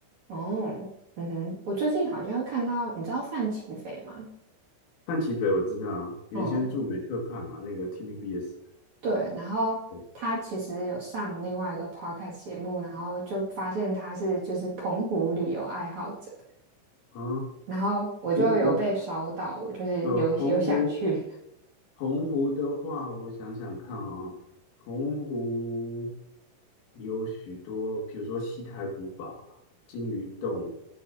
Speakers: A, on the right; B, on the left.
A: 哦，嗯哼，我最近好像看到，你知道范琪斐吗？
B: 范琪斐我知道啊，原先驻美特派嘛，
A: 嗯，
B: 那个 TVBS 的。
A: 对，然后他其实有上另外一个
B: 对
A: podcast 节目，然后就发现他是就是澎湖旅游爱好者，
B: 啊，
A: 然后我就有被烧到，
B: 澎湖
A: 就是有有想去，
B: 呃，澎湖洪湖的话，我想想看啊，洪湖有许多，比如说西台古堡、金鱼洞、